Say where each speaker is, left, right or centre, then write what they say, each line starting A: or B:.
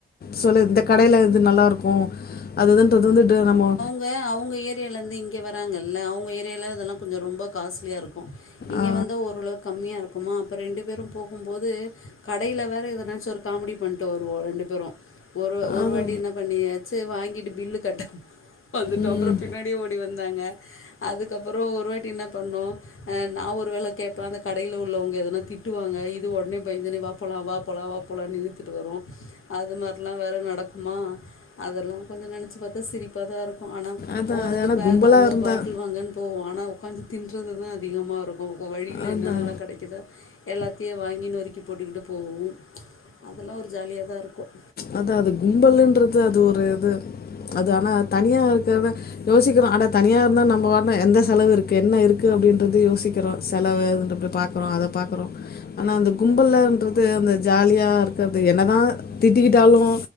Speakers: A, on the left (about 50°); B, on the left (about 75°).
A: சொல்லு இந்தக்கடைல இது நல்லாருக்கும் அதுதான் தொடர்ந்துட்டு நம்மோ
B: யே அவங்க ஏரியாலருந்து இங்க வராங்கல்ல அவங்க ஏரியால இதெல்லாம் கொஞ்சம் ரொம்ப காஸ்ட்லியா இருக்கும் இங்கே
A: ஆ
B: வந்தா ஓரளவுக்கு கம்மியா இருக்குமா அப்போ ரெண்டு பேரும் போகும்போது கடைல வேற எதனாச்சும் ஒரு காமெடி பண்ட்டு வருவோம் ரெண்டு பேரும் ஒரு ஒரு
A: அது
B: வாட்டி என்ன பண்ணி சேரி வாங்கிட்டு பில்லு கட்டு வந்துட்டோம்
A: ம்
B: அப்றம் பின்னாடியே ஓடி வந்தாங்க அதுக்கப்புறம் ஒரு வாட்டி என்ன பண்ணோம் ஆ நான் ஒரு வெல கேப்பேன் அந்த கடைல உள்ளவங்க எதுனா திட்டுவாங்க இது ஒடனே பயந்துன்னு போலாம் வா போலாம் வா போலாம்னு இழுத்துட்டு வரும் அது மாதிரிலாம் வேற நடக்குமா அதெல்லாம் கொஞ்சம் நெனச்சு பாத்தா சிரிப்பா தான் இருக்கும் ஆனா
A: அதான்
B: போறது
A: அதெல்லாம்
B: பேக்
A: கும்பலா
B: வாங்க
A: இருந்தா
B: பாட்டில் வாங்கன்னு போவோம் அனா உக்காந்து தின்றது தான் அதிகமா இருக்கும் வழில
A: அதான்
B: என்னென்னலாம் கெடைக்குதோ எல்லாத்தையும் வாங்கி நொறுக்கி போட்டுக்கிட்டு போவோம் அதெல்லாம் ஒரு ஜாலியா தான் இருக்கும்
A: அதான் அது கும்பல்ன்றது அது ஒரு இது அது ஆனா தனியா இருக்கிறது யோசிக்கிறோம் அட தனியா இருந்தா நம்ப பாட்டுன எந்த செலவு இருக்கு என்ன இருக்கு அப்டின்றது யோசிக்கிறோம் செலவு பாக்றோம் அத பாக்றோம் ஆனா அந்த கும்பல்ன்றது அந்த ஜாலியா இருக்கறது என்ன தான் திட்டிக்கிட்டாலும்